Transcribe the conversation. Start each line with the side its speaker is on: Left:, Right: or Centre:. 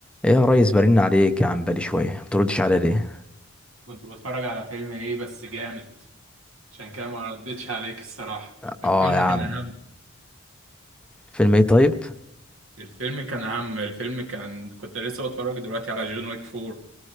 Centre: ايه يا ريس برن عليك يا عم بالي شويه ما بتردش عليا ليه
Right: كنت بتفرج على فيلم ايه بس جامد عشان كده ما ردتش عليك الصراحة الفيلم
Centre: اه يا
Right: كان
Centre: عم
Right: أهم
Centre: فيلم ايه طيب
Right: الفيلم كان أهم الفيلم كان كنت لسه بتفرج دلوقتي على جون ويك فور